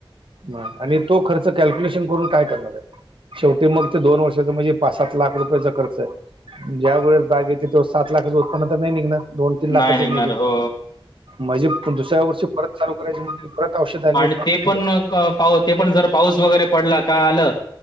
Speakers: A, on the right; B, on the left.
A: नाय आणि तो खर्च कॅल्क्युलेशन करून काय करणार आहे. शेवटी मग ते दोन वर्षाचा म्हणजे पाच सात लाख रुपयाचा खर्च आहे. ज्या वेळेस बॅग येते तो सात लाखाचं उत्पन्न तर नाही निघणार दोन-तीन लाखाचच
B: नाही निघणार
A: निघेल.
B: हो
A: मझे पण दुसऱ्या वर्षी परत चालू करायची म्हणजे परत औषध आले,
B: आणि
A: परत
B: ते पण पा ते पण जर पाऊस वगैरे पडला काय आलं